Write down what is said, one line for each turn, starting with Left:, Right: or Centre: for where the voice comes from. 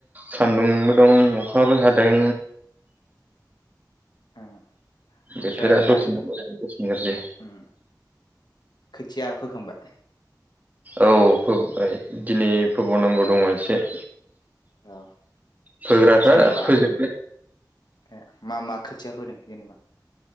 Right: सान्दुं बो दं अखाबो हादों।
Left: ओम। ओमफ्राय
Right: बोथोरा दसेनो
Left: मा होनो
Right: मोजां दसेनो गाज्रि।
Left: ओम खोथिया फोखांबाय?
Right: औ फोबाय दिनै फोबावनांगौ दङ एसे।
Left: ओ
Right: फोग्राफ्रा
Left: जेनेबा
Right: फोजोब्बाय
Left: ओ मा मा खोथि खोथिया फोदों जेनेबा?